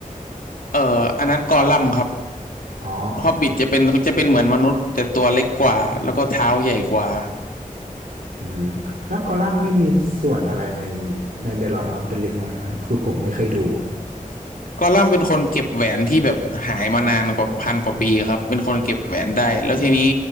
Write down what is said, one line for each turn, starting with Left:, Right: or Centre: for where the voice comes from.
Left: เอ่ออันนั้นกอลัมน์ครับ
Right: อ๋อ
Left: ฮอบบิทจะเป็นจะเป็นเหมือนมนุษย์แต่ตัวเล็กกว่าแล้วก็เท้าใหญ่กว่า
Right: อืมแล้วกอลัมน์นี่มีส่วนอะไรในใน The Lord of the Rings บ้างไหมครับคือผมไม่เคยดู
Left: กอลัมน์เป็นคนเก็บแหวนที่แบบหายมานานกว่าพันกว่าปีครับเป็นคนเก็บแหวนได้แล้วทีนี้